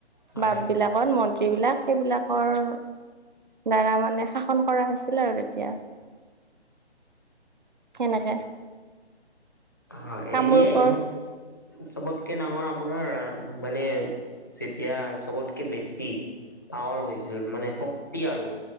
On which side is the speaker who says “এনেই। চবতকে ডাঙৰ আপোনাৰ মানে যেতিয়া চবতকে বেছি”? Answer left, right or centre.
Left